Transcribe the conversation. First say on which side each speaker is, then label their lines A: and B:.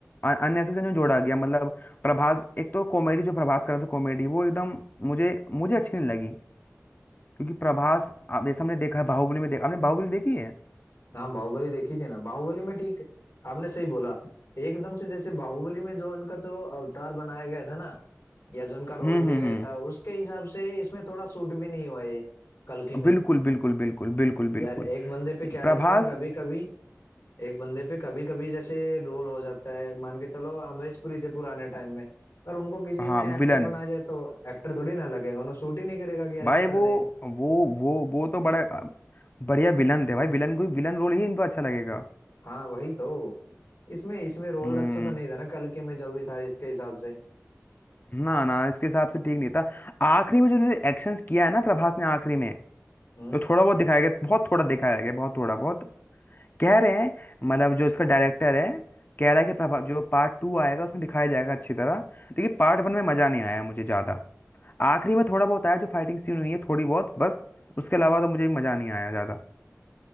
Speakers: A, on the left (about 35°); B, on the left (about 75°).
A: अननेसेसरी में जोड़ा गया मतलब प्रभास एक तो कॉमेडी जो प्रभास कर रहा था कॉमेडी वो एकदम मुझे मुझे अच्छी नहीं लगी क्योंकि प्रभास आप जैसे हमने देखा है बाहुबली में देखा आपने बाहुबली देखी है
B: हाँ बाहुबली देखी थी ना बाहुबली में ठीक आपने सही बोला एकदम से जैसे बाहुबली में जो उनका जो अवतार बनाया गया था ना या जो उनका रोल
A: हम्म
B: दिया
A: हम्म
B: गया
A: हम्म
B: था उसके हिसाब से इसमें थोड़ा सूट भी नहीं हुआ ये कल्कि में
A: बिल्कुल बिल्कुल बिल्कुल बिल्कुल
B: यार
A: बिल्कुल
B: एक बंदे पे क्या
A: प्रभास
B: रहता है ना कभी कभी एक बंदे पे कभी कभी जैसे रोल हो जाता है मान के चलो अमरीश पुरी थे पुराने टाइम में पर उनको किसी
A: हाँ
B: में एक्टर
A: विलन
B: बनाया जाए तो एक्टर थोड़ी ना लगेगा उन्हें सूट ही नहीं करेगा कि यार
A: भाई
B: एक्टर
A: वो वो वो वो तो बड़ा अ, बढ़िया विलन थे भाई विलन कोई विलन रोल ही इनको अच्छा लगेगा
B: हाँ वही तो इसमें इसमें रोल
A: हम्म
B: अच्छा तो नहीं था ना कल के में जो भी था इसके हिसाब से
A: ना ना इसके हिसाब से ठीक नहीं था आखिरी में जो उन्होंने एक्शन किया है ना प्रभास ने आखिरी में
B: हम्म
A: तो थोड़ा बहुत दिखाया गया बहुत थोड़ा दिखाया गया बहुत थोड़ा बहुत कह रहे हैं मतलब जो इसका डायरेक्टर है कह रहा है कि प्रभा- जो पार्ट टू आएगा उसमें दिखाया जाएगा अच्छी तरह लेकिन पार्ट वन में मजा नहीं आया मुझे ज्यादा आखिरी में थोड़ा बहुत आया जो फाइटिंग सीन हुई है थोड़ी बहुत बस उसके अलावा तो मुझे मजा नहीं आया ज्यादा